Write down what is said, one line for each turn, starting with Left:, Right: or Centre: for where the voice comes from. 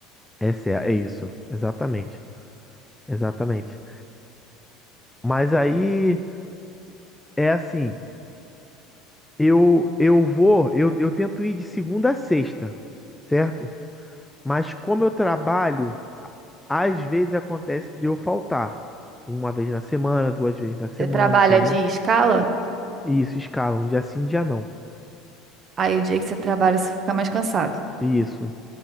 Centre: Essa é, é isso, exatamente. Exatamente. Mas aí é assim. Eu, eu vou, eu, eu tento ir de segunda a sexta, certo? Mas como eu trabalho, a- às vezes acontece de eu faltar. Uma vez na semana, duas vezes na semana,
Right: Você trabalha
Centre: entendeu?
Right: de escala,
Centre: E Isso, escala, um dia sim, um dia não.
Right: aí o dia que você trabalha, você fica mais cansado.
Centre: Isso.